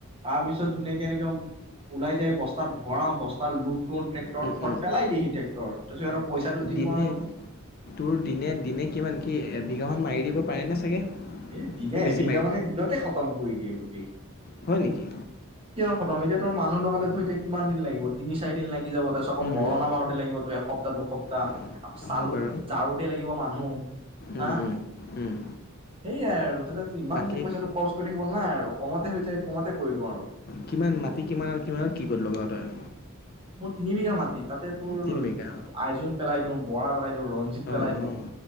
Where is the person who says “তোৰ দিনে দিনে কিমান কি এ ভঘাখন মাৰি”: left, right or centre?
Left